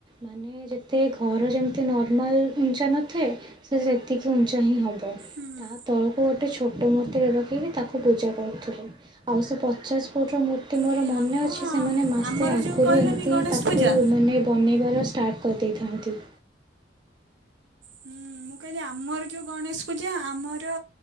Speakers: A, on the right; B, on the right.
A: ମାନେ ଯେତେ ଘର ଯେମିତି ନର୍ମାଲ ଉଞ୍ଚା ନଥାଏ। ସେ ସେତିକି ଉଞ୍ଚା ହିଁ ହେବ।
B: ହୁଁ।
A: ତା ତଳକୁ ଗୋଟେ ଛୋଟ ମୁର୍ତ୍ତିଟେ ରଖିକି ତାକୁ ପୂଜା କରୁଥିଲୁ। ଆଉ ସେ ପଚାଶ ଫୁଟ ର ମୁ ର୍ତ୍ତି ମୋର
B: ନାଇଁ
A: ମନେ
B: ଆମ
A: ଅଛି ସେମାନେ ମାସେ
B: ଆମର
A: ଆଗରୁ
B: ଯୋଉ କହିଲନି
A: ଏମିତି
B: ଗଣେଶ
A: ତାକୁ
B: ପୂଜା
A: ମାନେ ବନେଇବାର ଷ୍ଟାର୍ଟ କରିଦେଇଥାନ୍ତି।
B: ହୁଁ ମୁଁ କହିଲି ଆମର ଯୋଉ ଗଣେଶ ପୂଜା ଆମର